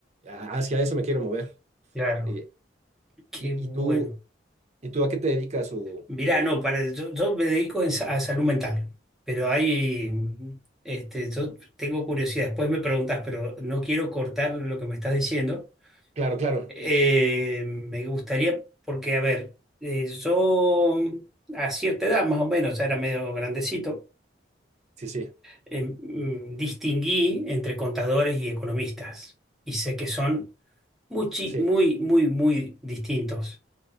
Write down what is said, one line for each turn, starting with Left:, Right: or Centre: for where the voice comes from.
Right: a- hacia eso me quiero mover.
Centre: Claro,
Right: Eh,
Centre: qué
Right: y,
Centre: bueno.
Right: y tú, ¿y tú a qué te dedicas? O,
Centre: Mirá,
Right: eh,
Centre: no, para, yo, yo me dedico en sa- a salud mental, pero hay, este, yo tengo curiosidad, después me preguntas, pero no quiero cortar lo que me estás diciendo.
Right: claro, claro,
Centre: Eh, me gustaría, porque, a ver, eh, yo a cierta edad, más o menos, ya era medio grandecito,
Right: sí, sí,
Centre: eh, mm, distinguí entre contadores y economistas, y sé que son muchi-
Right: sí,
Centre: muy, muy, muy distintos.